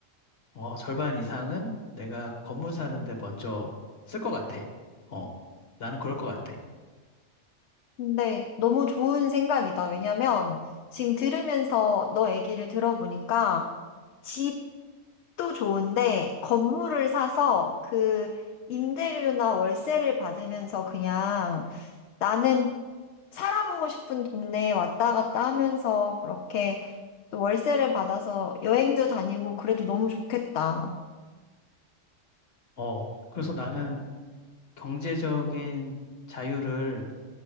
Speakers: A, on the left (about 50°); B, on the left (about 65°).
A: 어, 절반 이상은 내가 건물 사는데 먼저 쓸 것 같아. 어, 나는 그럴 것 같아.
B: 근데 너무 좋은 생각이다. 왜냐면 지금 들으면서 너 얘기를 들어보니까 집도 좋은데 건물을 사서 그 임대료나 월세를 받으면서 그냥 나는 살아보고 싶은 동네에 왔다 갔다 하면서 그렇게 또 월세를 받아서 여행도 다니고 그래도 너무 좋겠다.
A: 어, 그래서 나는 경제적인 자유를